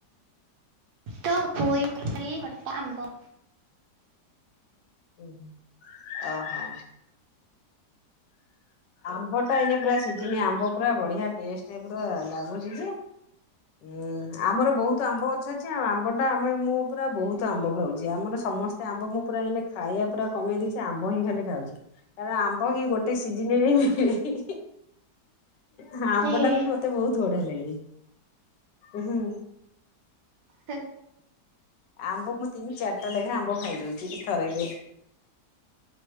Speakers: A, on the right; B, on the left.
A: ତ ପୋଇ ତରକାରୀ ଖଟା ଆମ୍ବ।
B: ଓ ଓ ହୋ। ଆମ୍ବ ଟା ଏଇନେ ପୁରା ସିଜିନ ଆମ୍ବ ପୁରା ବଢିଆ ଟେଷ୍ଟ ପୁର ଲାଗୁଛି ଯେ। ହୁଁ ଆମର ବହୁତ ଆମ୍ବ ଅ ଆଛା ଆଛା ଆମ୍ବଟା ଆମେ ମୁଁ ପୁରା ବହୁତ ଆମ୍ବ ଖାଉଛି ଆମର ସମସ୍ତେ ଆମ୍ବ ମୁଁ ପୁରା ଏ ଖାଇବା ପୁରା କମେଇ ଦେଇଛି ଆମ୍ବ ହିଁ ଖାଲି ଖାଉଛି କାରଣ ଆମ୍ବ ହିଁ ଗୋଟେ ସିଜି ଜିନି ହିଁ ହି ହି। ହଁ ଆମ୍ବ
A: ହେ ହେ
B: ଟା ବି ମତେ ବହୁତ ବଢିଆ। ହେଲାଣି ଉହୁଁ।
A: ଥେ <unintelligible>
B: ଆମ୍ବ ମୁଁ ତିନି ଚାରିଟା ଲେଖାଏଁ ଆମ୍ବ ଖାଇଦଉଛି ଥରେକେ।